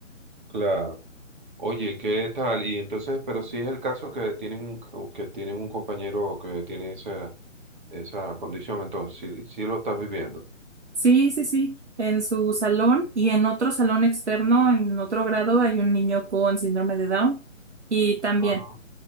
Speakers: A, on the right; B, on the right.
A: claro. Oye, ¿qué tal? Y entonces, pero sí es el caso que tienen un, o que tienen un compañero que tiene esa, esa condición, entonces, sí, sí lo estás viviendo.
B: Sí, sí, sí, en su salón y en otro salón externo, en otro grado, hay un niño con síndrome de Down y también,
A: Ah,